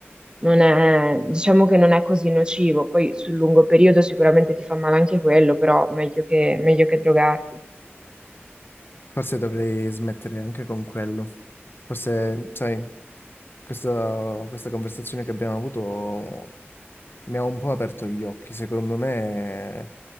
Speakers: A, on the right (about 20°); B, on the left (about 55°).
A: non è, diciamo che non è così nocivo. Poi sul lungo periodo sicuramente ti fa male anche quello, però meglio che, meglio che drogarti.
B: Forse dovrei smettere anche con quello. Forse, sai, questa, questa conversazione che abbiamo avuto mi ha un po' aperto gli occhi. Secondo me